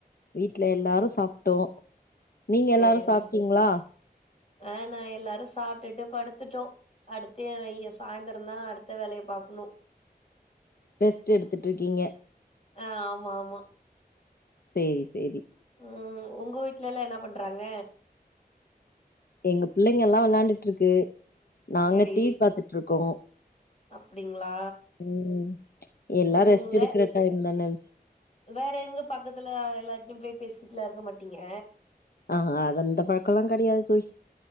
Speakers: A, on the left; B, on the left.
A: வீட்ல எல்லாரு சாப்புட்டோ நீங்க
B: சேரிம்மா
A: எல்லாரு சாப்ட்டீங்களா
B: ஆ நா எல்லாரு சாப்ட்டுட்டு படுத்துட்டோ அடுத்து <unintelligible> சாய்ந்தரந்தா அடுத்த வேலைய பாக்கணு
A: ரெஸ்ட் எடுத்துட்டு இருக்கீங்க
B: ஆ ஆமா ஆமா
A: சேரி சேரி
B: ம் உங்க வீட்லல்லா என்ன பண்றாங்க
A: எங்க பிள்ளைங்க எல்லா வெளயாண்டுட்டு இருக்கு நாங்க
B: சரி
A: டிவி பாத்துட்டுருக்கோ
B: அப்டிங்களா
A: ம் எல்லா
B: ம்
A: ரெஸ்ட்
B: வே
A: எடுக்கற டைம் தான
B: வேற எங்க பக்கத்துல எல்லாருட்டயும் போய் பேசிட்டுலா இருக்க மாட்டீங்க
A: ஆஹ அ அதஅந்த பழக்கெல்லா கெடையாது தோழி